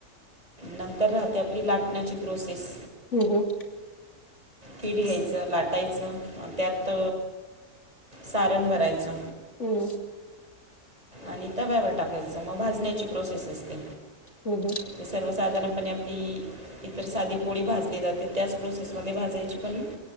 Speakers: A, on the right; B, on the left.
A: नंतर राहते आपली लाटण्याची प्रोसेस
B: हम्म हम्म.
A: पीठ घ्यायचं लाटायचं अ त्यात सारण भरायचं
B: हम्म.
A: आणि तव्यावर टाकायचं मग भाजण्याची प्रोसेस असते,
B: हम्म
A: ती सर्वसाधारण आणि आपली इतर साधी पोळी भाजली जाते, त्याच प्रोसेसमध्ये भाजायची पण